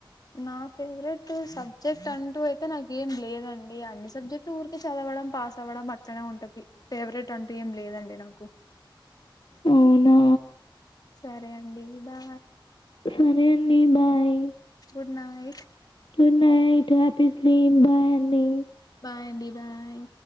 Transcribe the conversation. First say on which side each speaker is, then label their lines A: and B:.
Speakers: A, on the left (about 45°); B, on the left (about 70°).
A: నా ఫేవరెట్ సబ్జెక్ట్ అంటూ అయితే నాకేం లేదండి అన్ని సబ్జెక్ట్లు ఊరికే చదవ వడం పాస్ అవ్వడం అట్లనే ఉంటది ఫేవరెట్ అంటూ ఏం లేదండి నాకు
B: అవునా
A: సరే అండి బా
B: సరే అండి bye
A: good night
B: good night office లో ఏం బాగా లేదు
A: బాయ్ అండి బాయ్